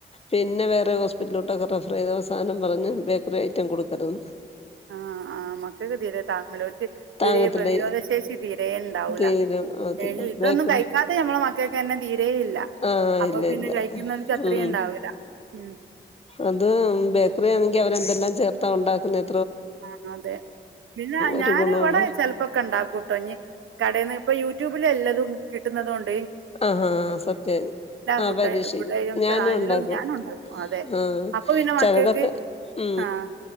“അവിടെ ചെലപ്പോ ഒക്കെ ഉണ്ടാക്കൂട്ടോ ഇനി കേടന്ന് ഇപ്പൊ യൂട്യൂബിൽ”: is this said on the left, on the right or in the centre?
Right